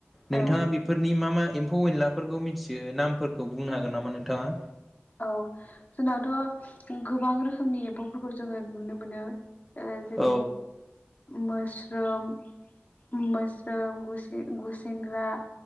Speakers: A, in the centre; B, on the left.
A: नोंथांङा
B: औ
A: बेफोरनि मा-मा एम्फौ अनलाफोरखौ मिथियो नामफोरखौ बुंनो हागोन नामा नोंथांङा।
B: औ जोंनावथ' गोबां रोखोमनि एम्फौफोरखौ जोंङो नुनो मोनो जेरै
A: औ
B: मोस्रोम-मोस्रोम गु गुसेंग्रा